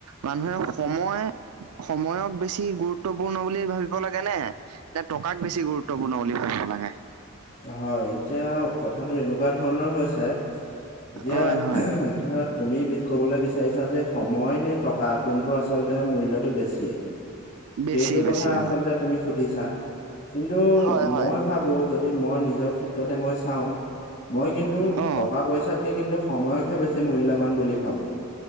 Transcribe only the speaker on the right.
মানুহে সময় সময়ক বেছি গুৰু ত্বপূৰ্ণ বুলি ভাবিব লাগে নে, নে টকাক বেছি গুৰুত্বপূৰ্ণ বুলি ভাবিব লাগে?
হয় হয়
বেছি
বেছি
হয়
হয় হয়
অ